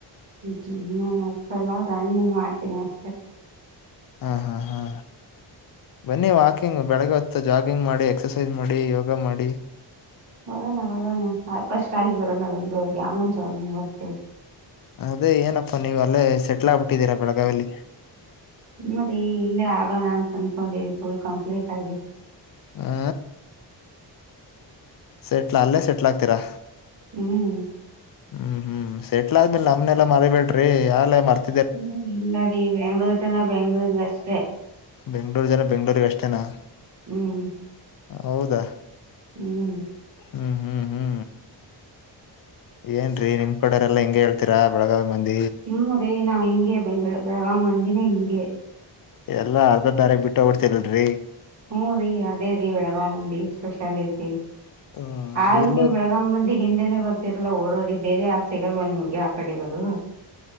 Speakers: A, on the right; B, on the left.
A: ಜಿಮ್ಮ ಏನ್ ಹಚ್ಚಲ್ಲಾ ರನ್ನಿಂಗ್ ಮಾಡ್ತೀನಿ ಅಷ್ಟೆ
B: ಹಾ ಹಾ ಹಾ ಬನ್ನಿ ವಾಕಿಂಗ್ ಬೆಳಗ್ಗೆ ಹೊತ್ತು ಜಾಗಿಂಗ್ ಮಾಡಿ ಎಕ್ಸಸೈಸ್ ಮಾಡಿ ಯೋಗ ಮಾಡಿ
A: ಬರೋಣ ಬರೋಣ ಫಸ್ಟ್ ಅಲ್ಲ ಬರೋಣ ಬೆಂಗಳೂರಿಗೆ ಆಮೇಲ್ ಜಾಗಿಂಗ್ ಹೋಗ್ತಿವ್
B: ಅದೇ ಏನಪ್ಪಾ ನೀವ್ ಅಲ್ಲೇ ಸೆಟ್ಲ್ ಆಗ್ಬಿಟ್ಟಿದ್ದೀರಾ ಬೆಳಗಾವಿಲಿ.
A: ಮತ್ತೆ ಇಲ್ಲೇ ಆಗೋಣ ಅಂತ ಅನ್ಕೊಂಡಿವ ಫುಲ್ ಕಂಪ್ಲೀಟ್ ಆಗಿ
B: ಆ ಸೆಟ್ಲ ಅಲ್ಲೇ ಸೆಟ್ಲ್ ಆಗ್ತೀರಾ
A: ಹ್ಮ್
B: ಹ್ಮ್ ಹ್ಮ್ ಸೆಟ್ಲ್ ಆದ್ಮೇಲ್ ನಮ್ನೆಲ್ಲಾ ಮರಿಬೇಡ್ರಿ ಆಗಲೇ ಮರ್ತ
A: ಹ್ಮ ಇಲ್ಲ ರೀ ಬೆಂಗ್ಳೂರ್ ಜನ ಬೆಂಗ್ಳೂರಗ ಅಷ್ಟೇ
B: ಬೆಂಗ್ಳೂರ ಜನ ಬೆಂಗ್ಗಳೂರಿಗ ಅಷ್ಟೇನಾ
A: ಹ್ಮ್
B: ಹೌದಾ
A: ಹ್ಮ್
B: ಹ್ಮ್ ಹ್ಮ್ ಹ್ಮ್ ಏನ್ ರೀ ನಿಮ್ ಕಡೆರೆಲ್ಲ ಹಿಂಗೆ ಹೇಳ್ತ ತ್ತಿರಾ ಬೆಳಗಾವಿ ಮಂದಿ
A: ಹ್ಮ್ ರೀ ನಾವ್ ಹಿಂಗೆ ಬೆ ಬೆಳಗಾವ ಮಂದಿನೇ ಹಿಂಗೆ
B: ಎಲ್ಲಾ ಅರ್ಧದಾರೆಗ್ ಬಿಟ್ಟೂಬಿಡ್ತೀರಲ್ರೀ
A: ಹ್ಮ್ ರೀ ಅದೇ ರೀ ಬೆಳಗಾವ ಮಂದೀ ಸ್ಪೆಷಾಲಿಟಿ
B: ಹ್ಮ್
A: ಆದ್ರ
B: ಇಲ್ಲ
A: ನೀವ ಬೆಳಗಾವ ಮಂದಿಗೆ ಹಿಂದೆನೆ ಗೊತ್ತ ಬರತಿರಲ್ಲ ಓಡೋಡಿ ಬೇರೆ ಯಾವದ್ ಸಿಗಲ್ವ ನಿಮ್ಗೆ ಆ ಕಡೆ ಇರೊದು.